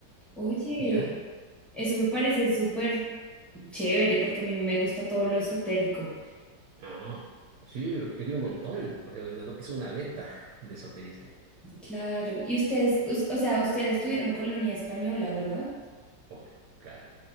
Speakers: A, in the centre; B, on the right.
A: Oye,
B: ¿ya?
A: eso me parece súper chévere porque a mí me gusta todo lo esotérico.
B: Ah, sí, aquí hay un montón. O sea, no- no, es una beta de esoterismo.
A: Claro. Y ustedes, us- o sea, ustedes tuvieron colonia española, ¿verdad?
B: Oh, claro,